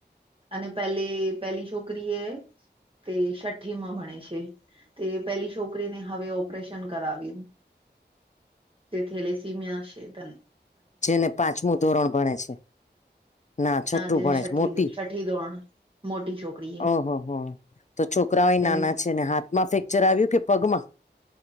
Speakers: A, on the right; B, on the left.
A: અને પહેલે પેલી છોકરી એ તે છઠ્ઠીમાં ભણે છે. તે પેલી છોકરીને હવે ઓપરેશન કરાવ્યું. તે થેલેસીમીયા શે તને
B: જેને પાંચમું ધોરણ ભણે છે, ના છઠ્ઠું
A: જે
B: ભણે
A: છઠ્ઠી
B: છે મોટી
A: છઠ્ઠી ધોરણ મોટી છોકરી એ
B: ઓહો હો તો છોકરાઓય
A: તેને
B: નાના છે ને હાથ માંફેક્ ચરઆવ્યું કે પગમાં?